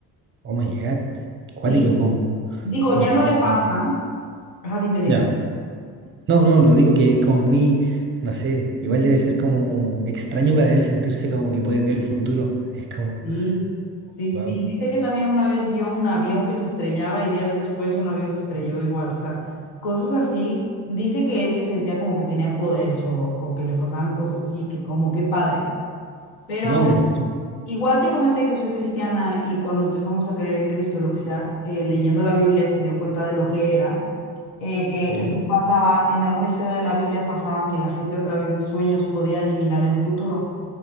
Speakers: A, on the right (about 25°); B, on the left (about 80°).
A: oh my God.
B: Sí,
A: Cuático, como,
B: digo,
A: como,
B: ya no le pasa. Ajá, dime, dime.
A: ya. No, no, lo digo que es como muy, no sé, igual debe ser como extraño para él sentirse como que puede ver el futuro. Es como,
B: Sí, sí, sí,
A: wow.
B: sí. Y dice que también una vez vio un avión que se estrellaba y días después un avión se estrelló igual, o sea, cosas así. Dice que él se sentía como que tenía poderes o, o que le pasaban cosas así, que como que padre. Pero
A: No, me imagino.
B: igual te comenté que soy cristiana y cuando empezamos a creer en Cristo y lo que sea, eh, leyendo la Biblia se dio cuenta de lo que era, eh, que
A: ¿Ya?
B: eso pasaba, en alguna historia de la Biblia pasaba que la gente a través de sueños podía adivinar el futuro.